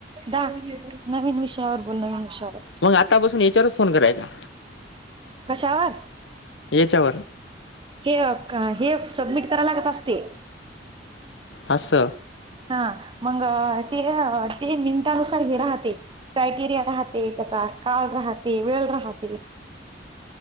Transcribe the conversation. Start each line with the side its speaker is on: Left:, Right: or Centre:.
Right: दाहा नवीन विषयावर बोल न नवीन विषयावर
Left: मग आतापासून याच्यावरच फोन करायचा
Right: कशावर
Left: याच्यावर
Right: हे काय हे सबमिट कराय लागत असते
Left: अस
Right: हा मग ते ते मिनटानुसार हे राहते काटिर्या राहते त्याचा काळ राहते वेळ राहते.